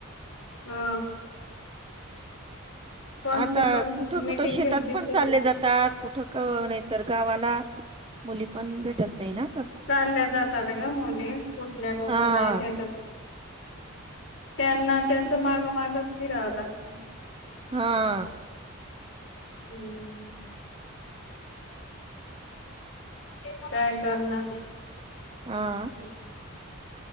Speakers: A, on the left (about 60°); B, on the right (about 25°).
A: हा. <unintelligible> कोणती
B: आता
A: पण
B: कुठं कुठं
A: मीटिंग
B: शेतात
A: घेतली
B: पण
A: तरी
B: चाले जातात. ठक नाही तर गावाला मुली पण भेटत नाही ना. का
A: चालल्या जातात ग मुली कुठल्या कुठं
B: हा
A: नाही भेटत. त्यांना त्यांच मागमागच फिरावं लागत.
B: हा.
A: हम्म हम्. काय करणार? <unintelligible>
B: हा